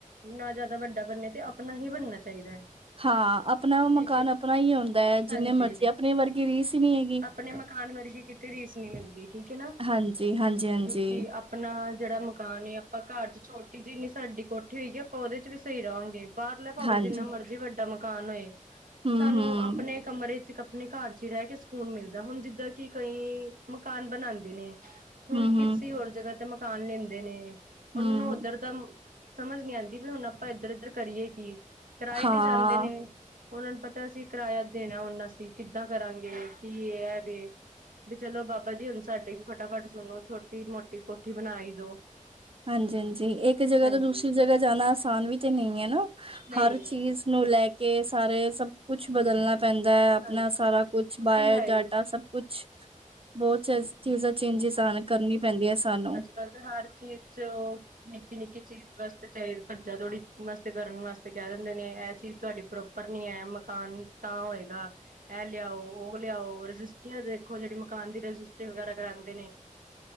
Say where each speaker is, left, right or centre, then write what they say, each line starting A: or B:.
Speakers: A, on the right; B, on the right.
A: ਨਾ ਜ਼ਿਆਦਾ ਵੱਡਾ ਬਣੇ, ਤੇ ਆਪਣਾ ਹੀ ਬਣਨਾ ਚਾਹੀਦਾ ਹੈ
B: ਹਾਂ। ਆਪਣਾ ਮਕਾਨ,
A: ਠੀਕ ਹੈ
B: ਆਪਣਾ ਹੀ ਆਉਂਦਾ ਹੈ
A: ਹਾਂਜੀ
B: ਜਿੰਨੇ ਮਰਜ਼ੀ, ਆਪਣੀ ਵਰਗੀ ਰੀਸ ਹੀ ਨਹੀਂ ਹੈਗੀ।
A: ਆਪਣੇ ਮਕਾਨ ਵਰਗੀ ਕਿਤੇ ਰੀਸ ਨਹੀਂ ਮਿਲਦੀ ਠੀਕ ਹੈ ਨਾ,
B: ਹਾਂਜੀ, ਹਾਂਜੀ, ਹਾਂਜੀ,
A: ਕਿਉਂਕਿ ਆਪਣਾ ਜਿਹੜਾ ਮਕਾਨ ਏ, ਆਪਾਂ ਘਰ ਚ ਛੋਟੀ ਜਿਹੀ ਨੀ ਸਾਡੀ ਕੋਠੀ ਹੋਈਗੀ, ਆਪਾਂ ਉਹਦੇ ਚ ਵੀ ਸਹੀ ਰਹਾਂਗੇ। ਬਾਹਰਲਾ ਭਾਵੇਂ
B: ਹਾਂਜੀ
A: ਜਿੰਨਾ ਮਰਜੀ ਵੱਡਾ ਮਕਾਨ ਹੋਏ,
B: ਹੂੰ,
A: ਸਾਨੂੰ
B: ਹੂੰ,
A: ਆਪਣੇ ਕਮਰੇ ਚ ਕੱ ਆਪਣੇ ਘਰ ਚ ਰਹਿ ਕੇ ਸਕੂਨ ਮਿਲਦਾ, ਹੁਣ ਜਿੱਦਾਂ ਕਿ ਕਈ ਮਕਾਨ ਬਣਾਉਂਦੇ ਨੇ। ਹੁਣ
B: ਹੂੰ,
A: ਕਿਸੇ
B: ਹੂੰ,
A: ਹੋਰ ਜਗ੍ਹਾ ਤੇ ਮਕਾਨ ਲੈਂਦੇ ਨੇ, ਹੁਣ
B: ਹੂੰ।
A: ਉਧਰ ਦਾ ਸਮਝ ਨਹੀ ਆਉਂਦੀ ਵੀ ਹੁਣ ਆਪਾਂ ਇੱਧਰ- ਇਧਰ ਕਰੀਏ ਕਿ, ਕਿਰਾਏ
B: ਹਾਂ
A: ਤੇ ਜਾਂਦੇ ਨੇ। ਉਹਨਾਂ ਨੂੰ ਪਤਾ ਅਸੀਂ ਕਿਰਾਇਆ ਦੇਣਾ ਹੁਣ ਅਸੀਂ ਕਿੱਦਾਂ ਕਰਾਂਗੇ ਕੀ ਇਹ ਹੈ ਵੀ ਵੀ ਚਲੋ ਬਾਬਾ ਜੀ ਹੁਣ ਸਾਡੇ ਵੀ ਫਟਾਫਟ ਸੁਣੋ, ਛੋਟੀ ਮੋਟੀ ਕੋਠੀ ਬਣਾਈ ਦੋ।
B: ਹਾਂਜੀ ਹਾਂਜੀ ਇੱਕ ਜਗ੍ਹਾ
A: ਹਾਂਜੀ
B: ਤੋਂ ਦੂਸਰੀ ਜਗ੍ਹਾ ਜਾਣਾ ਆਸਾਨ ਵੀ ਤੇ ਨਹੀਂ ਹੈ ਨਾ,
A: ਨਹੀਂ
B: ਹਰ
A: ਨਹੀਂ
B: ਚੀਜ਼ ਨੂੰ ਲੈ ਕੇ ਸਾਰੇ, ਸਭ ਕੁਛ ਬਦਲਣਾ ਪੈਂਦਾ ਹੈ, ਆਪਣਾ
A: ਹਾਂਜੀ
B: ਸਾਰਾ ਕੁਛ
A: ਉਹ
B: ਬਾਇਓਡਾਟਾ
A: ਤੇ ਹੈ ਹੀ
B: ਸਭ ਕੁਛ, ਬਹੁਤ ਚੀਜ਼ਾਂ ਚੇਂਜਿਸ ਕਰਨੀ ਪੈਂਦੀ ਹੈ ਸਾਨੂੰ
A: ਕਰਦੇ ਹਰ ਚੀਜ਼ ਚ, ਉਹ ਨਿੱਕੀ ਨਿੱਕੀ ਚੀਜ਼ ਵਾਸਤੇ ਚਾਹੇ ਖੱਜਾ ਤੋੜੀ ਵਾਸਤੇ ਕਰਨ ਵਾਸਤੇ ਕਹਿ ਦਿੰਦੇ ਨੇ, ਇਹ ਚੀਜ਼ ਤੁਹਾਡੀ ਪ੍ਰੋਪ ਉਪਰ ਨੀ ਹੈ, ਮਕਾਨ ਤਾਂ ਹੋਏਗਾ ਇਹ ਲਿਆਓ ਉਹ ਲਿਆਓ, ਰਜਿਸਟਰੀਆਂ ਦੇਖੋ ਜਿਹੜੀ ਮਕਾਨ ਦੀ ਰਜਿਸਟਰੀ ਵਗੈਰਾ ਕਰਾਂ ਨੇ